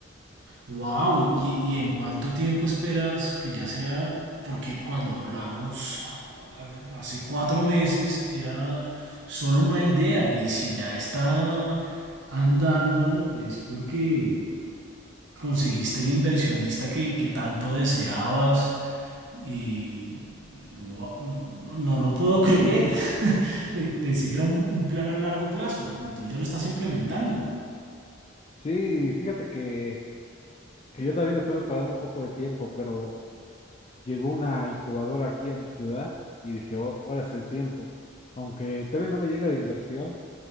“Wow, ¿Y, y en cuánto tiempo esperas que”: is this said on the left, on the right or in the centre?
Right